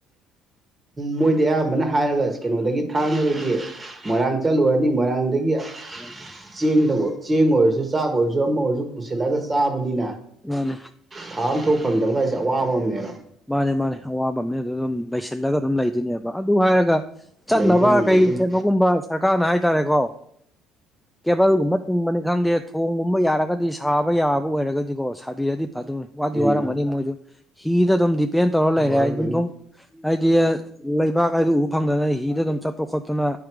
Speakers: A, on the right; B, in the centre.
A: ꯃꯣꯏꯗꯤ ꯑꯌꯥꯝꯕꯅ ꯍꯥꯏꯔꯒ ꯀꯩꯅꯣꯗꯒꯤ ꯊꯥꯡꯉꯗꯒꯤ ꯃꯣꯏꯔꯥꯡ ꯆꯠꯂꯨꯔꯅꯤ ꯃꯣꯏꯔꯥꯡꯗꯒꯤ
B: ꯎꯝ <inaudible>
A: ꯆꯦꯡꯗꯀꯣ ꯆꯦꯡ ꯑꯣꯏꯔꯁꯨ ꯆꯥꯛ ꯑꯣꯏꯔꯁꯨ ꯑꯃ ꯑꯣꯏꯔꯁꯨ ꯄꯨꯁꯤꯜꯂꯒ ꯆꯥꯕꯅꯤꯅ
B: ꯃꯥꯅꯦ
A: ꯊꯥ ꯑꯃ ꯊꯣꯛ ꯐꯪꯗꯕ ꯀꯥꯏꯁꯦ ꯑꯋꯥꯕ ꯑꯃꯅꯦꯕ
B: ꯃꯥꯅꯦ ꯃꯥꯅꯦ ꯑꯋꯥꯕ ꯑꯃꯅꯦ ꯑꯗꯨ ꯑꯗꯨꯝ ꯂꯩꯁꯤꯜꯂꯒ ꯑꯗꯨꯝ ꯂꯩꯗꯨꯏꯅꯦꯕ ꯑꯗꯨ ꯍꯥꯏꯔꯒ ꯆꯠꯅꯕ
A: ꯂꯩꯗꯣꯏꯅꯤ
B: ꯀꯩ
A: ꯂꯩꯗꯣꯏꯅꯤ
B: ꯆꯠꯅꯣꯒꯨꯝꯕ ꯁꯔꯀꯥꯔꯅ ꯍꯥꯏꯇꯥꯔꯦꯀꯣ ꯀꯦꯕꯜꯒꯨꯝꯕ ꯇꯤꯡꯕꯅꯤ ꯈꯪꯗꯦ ꯊꯣꯡꯒꯨꯝꯕ ꯌꯥꯔꯒꯗꯤ ꯁꯥꯕ ꯌꯥꯕ ꯑꯣꯏꯔꯒꯗꯤꯀꯣ ꯁꯥꯕꯤꯔꯗꯤ ꯐꯗꯣꯏꯅꯤ ꯋꯥꯗꯤ
A: ꯎꯝ
B: ꯋꯥꯔꯝꯒꯅꯤ ꯃꯣꯏꯁꯨ ꯍꯤꯗ ꯑꯗꯨꯝ ꯗꯤꯄꯦꯟ ꯇꯧꯔ ꯂꯩꯔꯦ
A: ꯋꯥꯔꯝꯒꯅꯤ
B: ꯌꯨꯝꯊꯨꯡ ꯍꯥꯏꯗꯤ ꯂꯩꯕꯥꯛ ꯍꯥꯏꯗꯣ ꯎ ꯐꯪꯗꯅ ꯍꯤꯗ ꯑꯗꯨꯝ ꯆꯠꯄ ꯈꯣꯠꯇꯅ